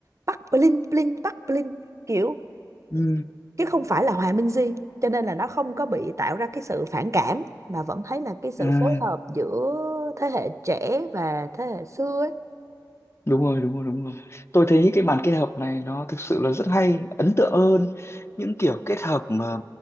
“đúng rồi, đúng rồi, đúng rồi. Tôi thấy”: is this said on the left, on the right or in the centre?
Left